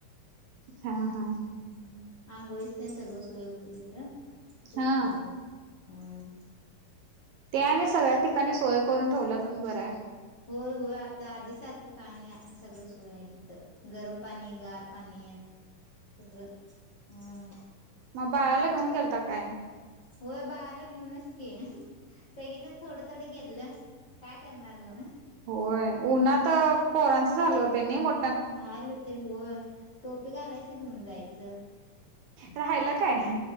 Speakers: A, on the right; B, on the left.
A: हा हा
B: हम्म आंघोळीच तेन सगळं सोय होतं तिथं तिथच
A: हा
B: राहिलं म हम्म
A: ते आणि सगळ्या ठिकाणी सोय करून ठेवलात म्हणून बरं हाय.
B: होय होय आता आधी सारखं काय नाय सगळं सोय हाय तिथं. गरम पाणी गार पाणी सगळं हम्म
A: म बाळाला घेऊन गेलता काय?
B: होय बाळाला घेऊनच की सगळेजण थोडं थोडं घेतलं काय करणार म
A: होय उन्हात पोरांचंचं हाल होतय नय मो
B: हाल होतय होय टोपी घालायचं घेऊन जायचं.
A: राहल काय?